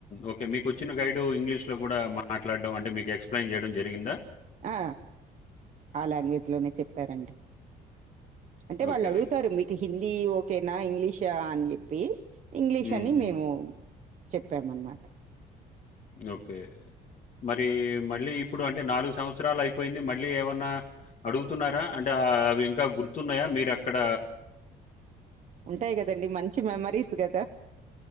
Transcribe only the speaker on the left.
ఒక మేక్ వచ్చిన గైడ్ ఇంగ్లీష్ లో గూడా మాట్లాడడం అంటే మీకు ఎక్స్ప్రెస్ యిన్ చేయడం జరిగిందా
ఓకే.
హ్మ్.
హ్మ్.
ఓ ఓకే మరి మరి మళ్ళీ ఇప్పుడు అంటే నాలుగు సంవత్సరాలు అయిపోయింది మళ్ళీ ఏమన్నా అడుగుతున్నారా అంటే అవి ఇంకా గుర్ వతున్నాయా మీరు అక్కడ